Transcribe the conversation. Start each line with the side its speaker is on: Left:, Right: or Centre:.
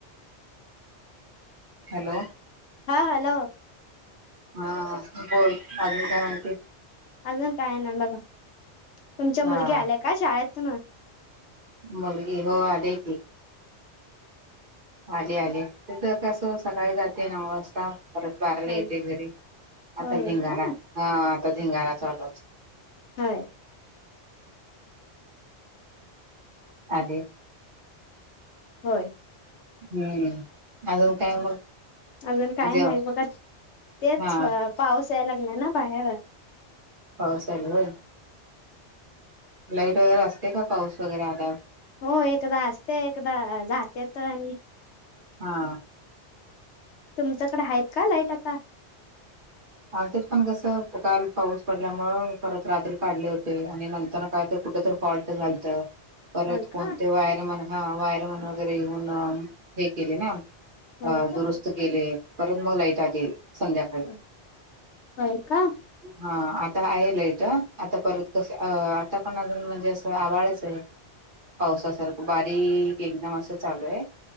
Right: हॅलो.
Left: हा हॅलो.
Right: हा बोल अजून काय म्हणती?
Left: अजून काय नाही बघा. तुमच्या
Right: हा
Left: मुलगी आल्या काय शाळेतून.
Right: मुलगी हो आले की. आले आले ते तर कसं सकाळी जाते नऊ वाजता. परत बाराला
Left: होय
Right: येते घरी.
Left: होय
Right: आता धिंगाणा.
Left: का
Right: हा आता धिंगाणा चालू असतो.
Left: होय?
Right: आले
Left: होय?
Right: हम्म. अजून काय मग?
Left: अजून काय
Right: जेव
Left: नाही बघा. तेच
Right: हा
Left: पाऊस यायला लागला ना बाहेर.
Right: पाऊस यालय होय? लाईट असते काय पाऊस वगैरे आल्यावर.
Left: हो एकदा असते एकदा जातेेत आणि
Right: हा.
Left: तुमचकड आहेत का लाईट आता?
Right: आमचेत पण कसं काल पाऊस पडल्यामुळ परत रात्री काढले होते आणि नंतर काय तर कुठ तरी फॉल्ट झालतं. परत
Left: होय का
Right: कोणते वायरमन हा वायरमन वगैरे येऊन हे केले ना?
Left: होय
Right: अ
Left: का
Right: दुरुस्त केले परत मग लाईट आली संध्याकाळी.
Left: होय का?
Right: हा आता आहे लयट आता परत कस अ आता पण अजून म्हणजे असं आवाळच आहे.
Left: <inaudible>
Right: पावसासारखं बारीक एकदम असं चालू आहे.